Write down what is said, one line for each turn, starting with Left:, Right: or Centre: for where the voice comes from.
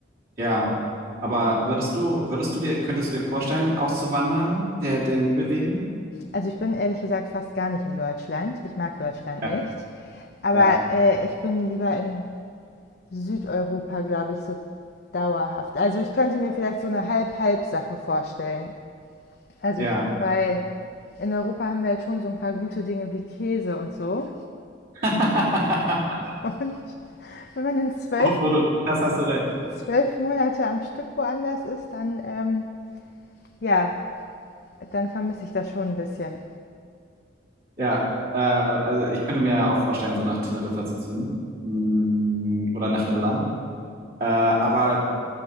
Right: ja. Aber würdest du, würdest du dir, könntest du dir vorstellen, auszuwandern, der, der Liebe wegen?
Left: Also ich bin ehrlich gesagt fast gar nicht in Deutschland. Ich mag Deutschland
Right: Ja,
Left: nicht. Aber
Right: ja,
Left: äh, ich bin lieber in Südeuropa, glaube ich, so dauerhaft. Also ich könnte mir vielleicht so eine Halb-Halb-Sache vorstellen. Also
Right: ja.
Left: ich, weil in Europa haben wir halt schon so ein paar gute Dinge wie Käse und so.
Right: <laughs>
Left: Und wenn man in zwölf,
Right: Obwohl du, das hast hast du recht.
Left: zwölf Monate am Stück woanders ist, dann, ähm, ja, dann vermisse ich das schon ein bisschen.
Right: Ja, äh, also ich könnte mir ja auch vorstellen, so nach Teneriffa zu ziehen. Mm, oder nach Irland. Äh, aber